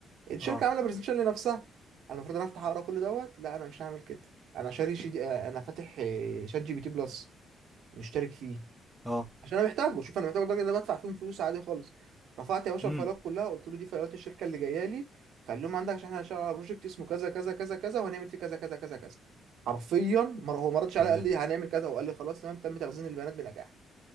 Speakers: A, on the right; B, in the centre.
A: الشركه
B: اه
A: عامله برزنتيشن لنفسها انا المفروض انا افتح اقرا كل دوت لا انا مش هعمل كده انا شاري شي... انا فاتح آه، شات جي بي تي بلس مشترك فيه
B: اه
A: عشان انا محتاجه شوف انا محتاجه الراجل ده بدفع فيهم فلوس عادي خالص رفعت يا باشا
B: امم
A: الفايلات كلها قلت له دي فايلات الشركه اللي جايه لي خليهم عندك عشان احنا هنشتغل على بروجكت اسمه كذا كذا كذا كذا وهنعمل فيه كذا كذا كذا كذا حرفيا مر- هو ما ردش
B: تمام
A: عليا قال لي هنعمل كذا وقال لي خلاص تمام تم تخزين البيانات بنجاح